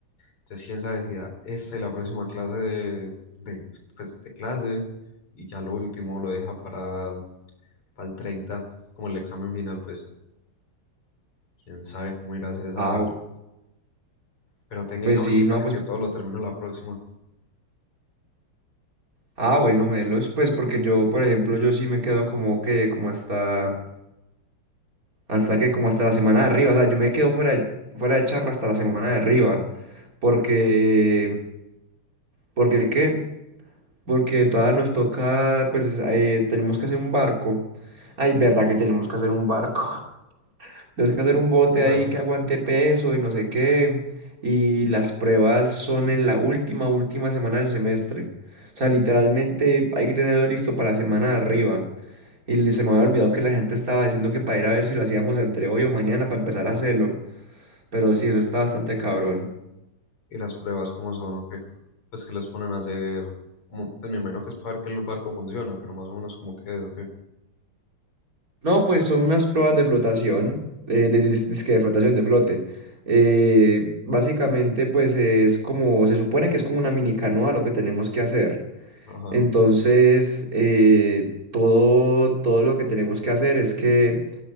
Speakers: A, on the left (about 80°); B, on the right (about 40°).
A: Entonces, quién sabe si da esta y la próxima clase de, de, pues, de clase y ya lo último lo deja para, para el treinta como el examen final, pues. Quién sabe cómo irá a hacer esa
B: ah,
A: vaina. Pero técnicamente,
B: pues sí,
A: fíjate
B: no, pues
A: que todo lo termino la próxima.
B: Ah, bueno, Melos, pues porque yo, por ejemplo, yo sí me quedo como que, como hasta, hasta que, como hasta la semana de arriba, o sea, yo me quedo fuera de, fuera de charla hasta la semana de arriba, porque, porque, ¿qué? Porque todavía nos toca, pues, eh, tenemos que hacer un barco. Ay, verdad que tenemos que hacer un barco. <laughs> Tenemos que hacer un bote
A: Ujú.
B: ahí que aguante peso y no sé qué, y las pruebas son en la última, última semana del semestre. O sea, literalmente hay que tenerlo listo para la semana de arriba. Y le- se me había olvidado que la gente estaba diciendo que para ir a ver si lo hacíamos entre hoy o mañana para empezar a hacerlo. Pero sí, eso está bastante cabrón.
A: ¿Y las pruebas cómo son o qué? Pues que les ponen a hacer, como, pues me imagino que es para ver que el barco funciona, pero más o menos como que es o qué.
B: No, pues son unas pruebas de flotación, eh, de, de, dizque de flotación, de flote. Eh, básicamente, pues es como, se supone que es como una mini canoa lo que tenemos que hacer.
A: Ajá,
B: Entonces, eh, todo, todo lo que tenemos que hacer es que